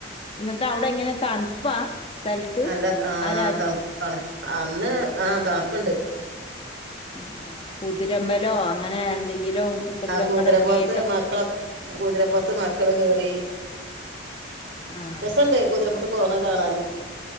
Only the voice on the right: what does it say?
നല്ല ആഹ്
അന്ന് ആഹ് തണുപ്പുണ്ട്
ആ കുതിരപ്പുറത്ത്
മക്കളൊ കുതിരപ്പുറത്ത് മക്കള് കേറി
രസുണ്ട് കുതിരപ്പു പോണത് കാണാന്